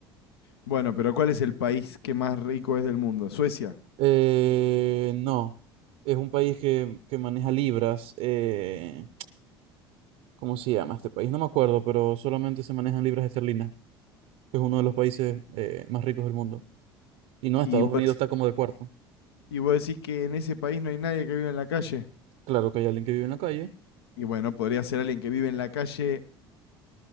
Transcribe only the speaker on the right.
Eh, no, es un país que, que maneja libras, eh, ¿cómo se llama este país? No me acuerdo, pero solamente se manejan libras esterlinas, que es uno de los países eh, más ricos del mundo. Y no,
Estados
Unidos está como de cuarto.
Claro que hay alguien que vive en la calle.